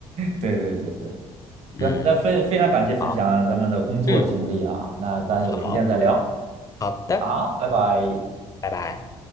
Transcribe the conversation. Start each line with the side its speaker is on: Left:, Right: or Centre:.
Right: 对对对对行，
Left: 嗯，
Right: 那非非常感谢分享咱们的工作经历啊，
Left: 好，嗯，
Right: 那咱有时间再聊
Left: 好，好的，
Right: 啊，拜拜。
Left: 拜拜。